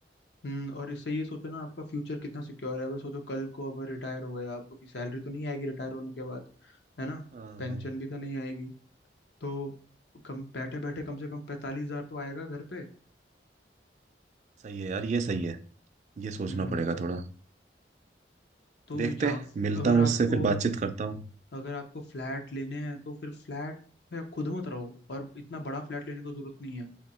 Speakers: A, on the left; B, on the right.
A: हम्म और इससे ये सोचो ना आपका फ्यूचर कितना सिक्योर है अब सोचो कल को अब रिटायर हो गए आप, आपकी सैलरी तो नहीं आएगी रिटायर होने के बाद है ना
B: हाँ
A: पेंशन
B: हाँ,
A: भी तो नहीं आएगी तो कम बैठे बैठे कम से कम पैंतालीस हजार तो आएगा घर पे
B: सही है यार ये सही है ये सोचना
A: हम्म
B: पड़ेगा थोड़ा
A: तो
B: देखते
A: यहाँ
B: हैं
A: फिर
B: मिलता
A: अगर
B: हूँ
A: आपको
B: उससे फिर बातचीत करता हूँ
A: अगर आपको फ्लैट लेने हैं तो फिर फ्लैट में आप खुद मत रहो और इतना बड़ा फ्लैट लेने की जरूरत नहीं है